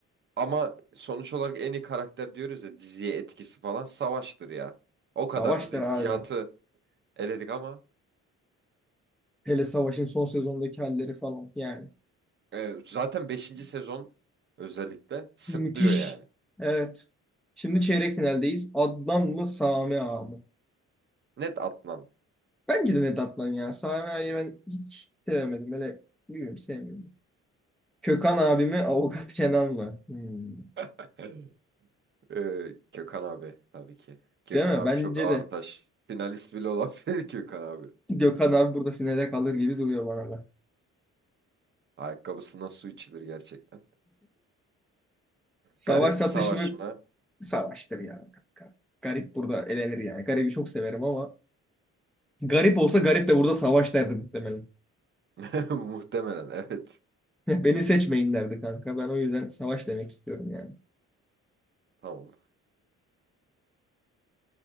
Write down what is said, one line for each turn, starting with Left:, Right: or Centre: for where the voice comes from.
Right: Ama sonuç olarak en iyi karakter diyoruz ya diziye etkisi falan Savaş'tır ya. O
Centre: Savaşlar
Right: kadar da değil.
Centre: abi.
Right: Cihat'ı eledik ama
Centre: Hele Savaş'ın son sezondaki halleri falan yani.
Right: e, zaten beşinci sezon özellikle sırtlıyor
Centre: Müthiş.
Right: yani.
Centre: Evet. Şimdi çeyrek finaldeyiz. Adnan mı Sami Ağa mı?
Right: Net Adnan.
Centre: Bence de net Adnan ya. Sami Ağa'yı ben hiç sevemedim. Hele bilmiyorum sevmiyorum. Kökan abi mi Avukat Kenan mı? Hmm.
Right: <laughs> E, Gökhan abi tabii ki. Gökhan
Centre: Değil mi?
Right: abi
Centre: Bence
Right: çok ağır
Centre: de.
Right: taş. Finalist bile olabilir <laughs> Gökhan abi.
Centre: Gökhan abi burada finale kalır gibi duruyor bana da.
Right: Ayakkabısından su içilir gerçekten.
Centre: Savaş
Right: Garip
Centre: satış
Right: mi savaş
Centre: mı
Right: mı?
Centre: Savaştır ya kanka. Garip burada elenir yani. Garibi çok severim ama garip
Right: Evet.
Centre: olsa garip de burada savaş derdi muhtemelen.
Right: <laughs> Muhtemelen evet.
Centre: <laughs> Beni seçmeyin derdi kanka. Ben o yüzden savaş demek istiyorum yani.
Right: Tamam.